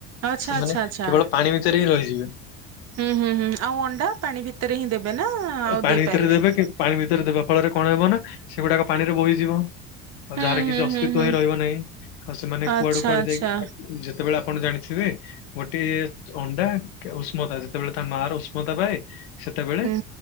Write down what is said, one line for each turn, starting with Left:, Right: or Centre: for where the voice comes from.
Right: ଆଚ୍ଛା
Left: ସେମାନେ
Right: ଆଚ୍ଛା ଆଚ୍ଛା
Left: କେବଳ ପାଣି ଭିତରେ ହିଁ ରହିଯିବେ।
Right: ହୁଁ ହୁଁ ହୁଁ ଆଉ ଅଣ୍ଡା ପାଣି ଭିତରେ ହିଁ ଦେବେ ନା ଆଉ
Left: ପାଣି
Right: ଦେଇପାରିବେନି।
Left: ଭିତରେ ଦେବେ କି ପାଣି ଭିତରେ ଦେବା ଫଳରେ କଣ ହବ ନା। ସେଗୁଡାକ ପାଣି ରେ ବୋହିଯିବ। ଆଉ
Right: ହୁଁ
Left: ଯାହାର କିଛି
Right: ହୁଁ
Left: ଅସ୍ତିତ୍ଵ
Right: ହୁଁ ହୁଁ
Left: ହିଁ ରହିବ ନାହିଁ ଆଉ ସେମାନେ
Right: ଆଚ୍ଛା
Left: କୁଆଡେ କୁଆଡେ
Right: ଆଚ୍ଛା
Left: ଯାଇ ଯେତେବେଳେ ଆପଣ ଜାଣି। ରେ ଗୋଟେ ଅଣ୍ଡା ଉଷ୍ମତା ଯେତେବେଳେ ତା ମା ର ଉଷ୍ମତା ପାଏ। ସେତେବେଳେ
Right: ହୁଁ